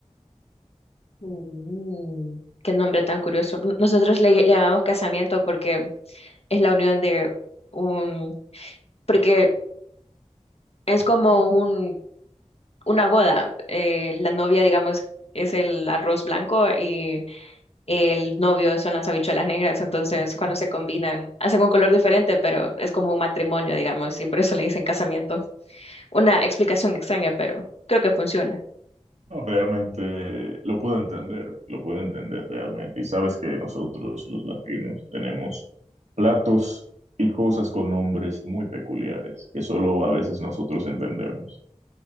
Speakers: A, on the left; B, on the right.
A: Mm. Qué nombre tan curioso. N- Nosotros le, le llamamos casamiento porque es la unión de un, porque es como un, una boda. Eh, la novia, digamos, es el arroz blanco y el novio son las habichuelas negras. Entonces, cuando se combinan, hacen un color diferente, pero es como un matrimonio, digamos, y por eso le dicen casamiento. Una explicación extraña, pero creo que funciona.
B: No, realmente lo puedo entender, lo puedo entender realmente. Y sabes que nosotros los latinos tenemos platos y cosas con nombres muy peculiares que solo a veces nosotros entendemos.